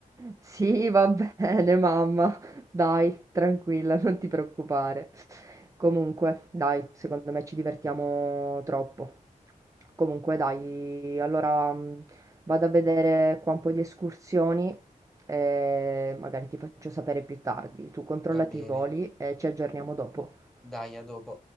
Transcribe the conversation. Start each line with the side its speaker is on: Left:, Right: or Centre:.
Right: Sì, va <laughs> bene mamma, dai, tranquilla, non ti preoccupare. Comunque, dai, secondo me ci divertiamo troppo. Comunque, dai, allora mh, vado a vedere qua un po' di escursioni e magari ti faccio sapere più tardi. Tu controllati
Centre: Va bene,
Right: i voli e ci aggiorniamo dopo.
Centre: dai, a dopo.